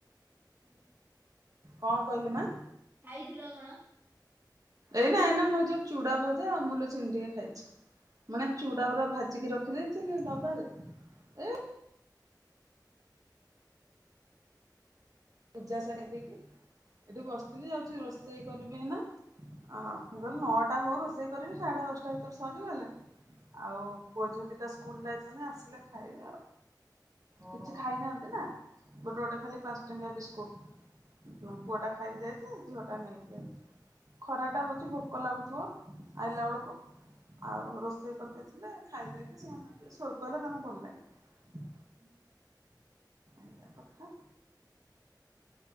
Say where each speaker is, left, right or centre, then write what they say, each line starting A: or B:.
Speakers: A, on the right (about 25°); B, on the right (about 50°).
A: <unintelligible> <inaudible>
B: କଣ କହିଲୁ ମା?
A: ଖାଇଥିଲ କଣ?
B: ଏଇନା, ଏଇନା ମୁଁ ଯୋଉ ଚୁଡା ଭଜା ଅମୁଲ ଚିନି ଟିକେ ଖାଇଛି। ମାନେ ଚୁଡା ଗୁରା ଭାଜିକି ରଖି ଦେଇଥିଲି ଡବାରେ ଏ ପୂଜା ସାରି ଦେଇକି ଏଠି ବସିଥିଲି। ଯାଉଛି ରୋଷେଇ କରିବି ଏଇନା। ଅ ମୁଁ କହିଲ ନଅଟା ହଉ ରୋଷେଇ କରିବି। ସାଢେ ଦଶଟା ଭିତରେ ସରିଗଲେ ଆଉ ପୁଅ ଝିଅ ଦିଟା ସ୍କୁଲ ଯାଇଛନ୍ତି। ଆସିଲେ ଖାଇବେ ଆଉ
A: ହଁ।
B: କିଛି ଖାଇନାହାନ୍ତି ନା ଗୋଟେ ଗୋଟେ ଖାଲି ପାଞ୍ଚ ଟଙ୍କିଆ ବିସ୍କୁଟ ପୁଅ ଟା ଖାଇକି ଯାଇଛି। ଝିଅ ଟା ନେଇକି ଯାଇଛି। ଖରା
A: ଓ
B: ଟା ହଉଛି ଭୋକ ଲାଗୁଥିବ, ଆଇଲା ବେଳକୁ। ଆଉ ରୋଷେଇ କରିଦେଇ ହେଲେ ଖାଇଦେଇକି, ସେମାନେ ଟିକେ ଶୋଇ ପଇଲେ ତାଙ୍କୁ ଭଲ ଲାଗିବ।
A: ହୁଁ <unintelligible>
B: ଏଇଆ କଥା।